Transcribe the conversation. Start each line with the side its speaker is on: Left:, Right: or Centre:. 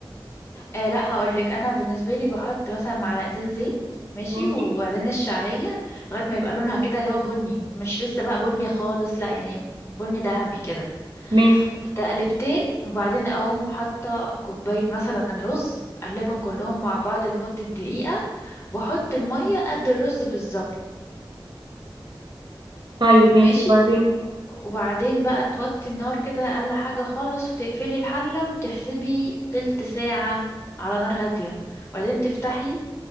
Left: آه لا هقولك انا بالنسبه لي بحط مثلا معلقتين زيت ماشي
Right: ماشي
Left: وبعدين الشعريه لغايه ما يبقى لونها كده اللي هو بني مش لسه بقى بني خالص لا يعني بني ذهبي كده
Right: ماشي
Left: تقلبتين وبعدين اقوم حاطه كوبايه مثلا رز اقلبهم كلهم مع بعض لمده دقيقه بحط الميه قد الرز بالظبط
Right: طيب ماشي
Left: ماشي
Right: وبعدين
Left: وبعدين بقى توطي النار كده اقل حاجه خالص وتقفلي الحله وتحسبي تلت ساعه على نار هاديه وبعدين تفتحي